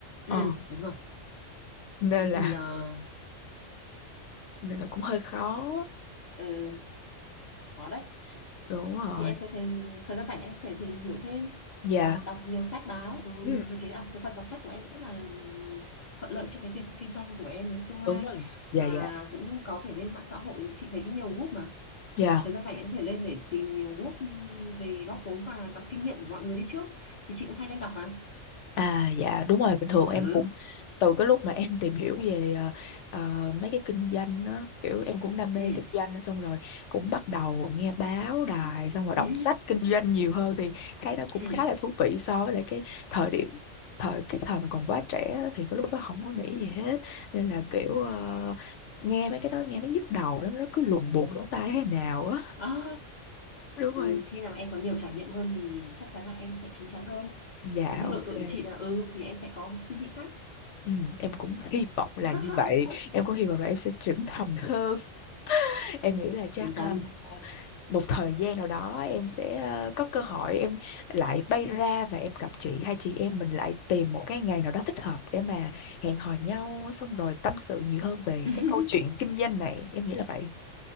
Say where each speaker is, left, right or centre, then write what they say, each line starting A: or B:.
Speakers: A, on the left; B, on the left.
A: Ờ,
B: ừ đúng rồi
A: nên
B: thế
A: là
B: thì ờ,
A: nên là cũng hơi khó
B: ừ, có đấy
A: đúng rồi
B: thế thì em
A: Ờ.
B: có thể thời gian rảnh em có thể tìm hiểu thêm
A: dạ
B: đọc nhiều sách báo ừ,
A: Ừ. ừ.
B: thì cái đọc cái phần đọc sách của em cũng rất là thuận lợi cho cái việc kinh doanh của em trong tương lai
A: đúng rồi dạ
B: và
A: dạ
B: cũng có thể lên mạng xã hội chị thấy cái nhiều group mà
A: dạ
B: thời gian rảnh em có thể lên để tìm nhiều group về góp vốn và đọc kinh nghiệm của mọi người đi trước thì chị cũng hay lên đọc mà
A: à dạ đúng rồi bình thường em
B: ừ
A: cũng từ cái lúc mà em tìm hiểu về ờ, ờ, mấy cái kinh doanh đó kiểu em cũng đam mê
B: ừ
A: kinh doanh xong rồi cũng bắt đầu nghe báo đài xong rồi đọc
B: ừ
A: sách kinh doanh nhiều hơn thì thấy nó cũng
B: ừ,
A: khá là thú vị so với lại cái thời điểm thời cái thời mà còn quá trẻ á, thì cái lúc đó không có nghĩ gì hết nên là kiểu ờ, nghe mấy cái đó nghe nó nhức đầu lắm nó cứ lùng bùng lỗ tai thế nào á <laughs>
B: à,
A: đúng
B: ừ.
A: rồi
B: khi nào em có nhiều trải nghiệm hơn thì chắc chắn là em sẽ chín chắn hơn
A: dạ
B: như
A: ok
B: độ tuổi của chị là ừ thì em sẽ có một suy nghĩ khác
A: Ừ, em cũng hy vọng là
B: <laughs>
A: như vậy em cũng hy vọng là em sẽ trưởng thành hơn em nghĩ là chắc
B: yên tâm
A: ờ, một thời gian nào đó em sẽ ờ, có cơ hội em lại bay ra và em gặp chị hai chị em mình lại tìm một cái ngày nào đó thích hợp để mà hẹn hò nhau xong rồi tâm sự nhiều hơn về
B: <laughs>
A: cái câu chuyện kinh doanh này em nghĩ là vậy